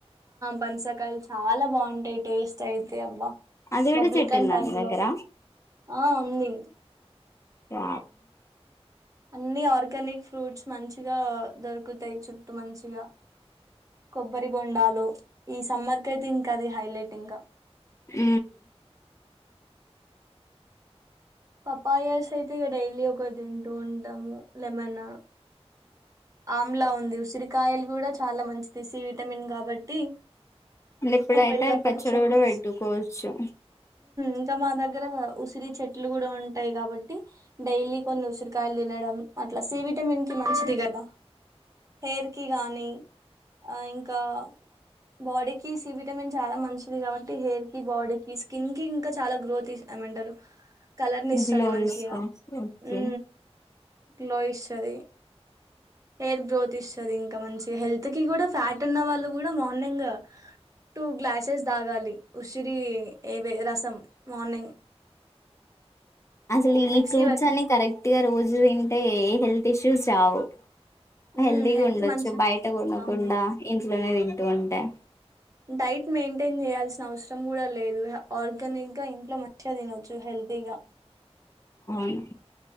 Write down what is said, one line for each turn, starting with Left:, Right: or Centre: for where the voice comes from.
Right: బన్సకాయలు చాలా బాగుంటాయి. టేస్ట్ అయితే అబ్బా
Left: అదిడు
Right: బబ్లికం
Left: చెట్ందా
Right: టైప్
Left: మీ వగగర
Right: లో ఆ ఉంది
Left: ఆ
Right: అన్ని ఆర్గానిక్ ఫ్రూట్స్ మంచిగా దొరుకుతాయి. చుట్టూ మంచిగా కొబ్బరి బొండాలు ఈ సమ్మర్ క అయితే ఇంకాది హైలైట్ ఇంకా.
Left: ఆ
Right: పపాయస్ అయితే ఇ డైలీ ఒక తింటూ ఉంటాము లెమన్నా ఆమ్లా ఉంది ఉసిరికాయలు కూడా చాలా మంచిదిసి విటమిన్ కాబట్టి
Left: ఇప్పుడైతే
Right: ఎప్పటికప్పుడు
Left: అది పచ్చడి
Right: చట్నీస్
Left: కూడా పెట్టుకోవచ్చు
Right: ఇంకా మా దగ్గర ఉసిరి చెట్లు కూడా ఉంటాయి. కాబట్టి డైలీ కొన్ని ఉసిరికాయలు తినడం అట్లా సి విటమిన్ కి మంచిది. కదా హెయిర్ కి గానీ ఆ ఇంకా బాడీకి సి విటమిన్ చాలా మంచిది కాబట్టి హెయిర్ కి బాడీ కి స్కిన్ కి ఇంకా చాలా గ్రోత్ ఇసామంటారు కలర్ ని ఇస్తుది
Left: గ్లో
Right: మంచిగా
Left: తీసుకోవచ్చు ఓకే
Right: ఉ లోయి సది హెయిర్ గ్రోత్ ఇస్తుంది. ఇంకా మంచి హెల్త్కి కూడా ఫ్యాట్ ఉన్న వాళ్ళు కూడా మార్నింగ్ టూ గ్లాసెస్ తాగాలి. ఉసిరి ఏవే రసం మార్నింగ్
Left: అసలు
Right: మిక్సీ
Left: ఈ ఫ్రూట్స్
Right: పట్
Left: అన్ని కరెక్ట్ పర్తిగా రోజు తింటే ఏ హెల్త్ ఇష్యూస్ రావు
Right: మ్మ్
Left: హెల్దీగా
Right: హెల్త్
Left: ఉండొచ్చు
Right: మంచి
Left: బయట కొనకుండా
Right: అవును
Left: ఇ లోనే తింటూ ఉంటాయి
Right: డైట్ మెయింటైన్ చేయాల్సిన అవసరం కూడా లేదు ఆర్గానిక్ గా ఇంట్లో మంచిగా తినొచ్చు హెల్తీగా
Left: అవును